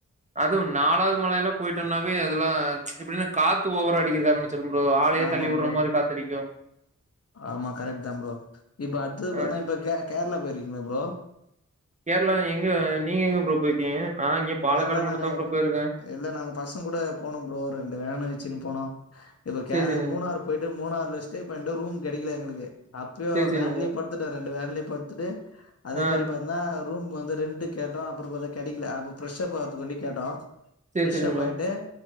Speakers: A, on the right; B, on the left.
A: அதுவு நாலாவது மலை எல்லா போயிட்டோம்னாவே அதெல்லா எப்டின்ன காத்து ஓவரா அடிக்கிருக்க ஆரம்பி ச்சுரு ப்ரோ ஆளையே
B: ஆமா
A: தள்ளி விட்ற
B: ப்ரோ
A: மாரி காத்து அடிக்கு
B: ஆமா கரெக்ட் தா ப்ரோ இப்ப அடுத்துனா பாத்தீன்னா
A: அ
B: இப்ப கே கேரளா போயிருங்களா ப்ரோ
A: கேரளா எங்க நீங்க எங்க ப்ரோ போயி ருக்கீங்க நா இங்க
B: கேரளால
A: பாலக்காடு மட்டுந்தா
B: நாங்க
A: ப்ரோ போயிருக்கே
B: இல்ல நாங்க பசங்க கூட போனோ ப்ரோ ரெண்டு வேன்ன வெச்சுன்னு போனோ இப்ப கே
A: சேரி சேரிங்க
B: மூணாறு போயிட்டு மூணாறுல ஸ்டே பண்ணிட்டு ரூம் கெடைக்கல எங்களுக்கு அப்பயு
A: சேரி சேரிங்க
B: வேன்லயே
A: ப்ரோ
B: படுத்துட்டோ ரெண்டு வேன்லயு படுத்துட்டு அதே
A: ஆ
B: மாரி பாத் ன்னா ரூம்மு வந்து ரெண்டுக்கு கேட்டோ அப்றோ பாத்தா கெடைக்கல அப்ப பிரஃஷ்ஷப் அவரதுக்கு ஆண்டி கேட்டோ
A: சேரி
B: பிரஷ்
A: சேரிங்க
B: ஆப்
A: ப்ரோ
B: ஆயிட்டு